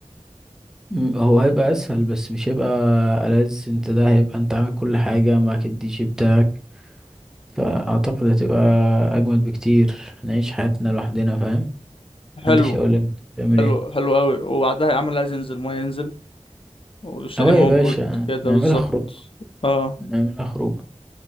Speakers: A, in the centre; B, on the left.
A: م- هو هيبقى اسهل بس مش هيبقى ألذ انت ده هيبقى انت عامل كل حاجة معاك الدي جي بتاعك فاعتقد هتبقى اجمد بكتير هنعيش حياتنا لوحدنا فاهم
B: حلو
A: محدش يقول لك انت بتعمل
B: حلو
A: ايه
B: حلو قوي وبعدها يا عم اللي عايز ينزل ما ينزل والشاليه
A: اه
B: موجود
A: يا باشا
B: كده
A: نعملها
B: بالظبط
A: خروج
B: اه
A: نعملها خروج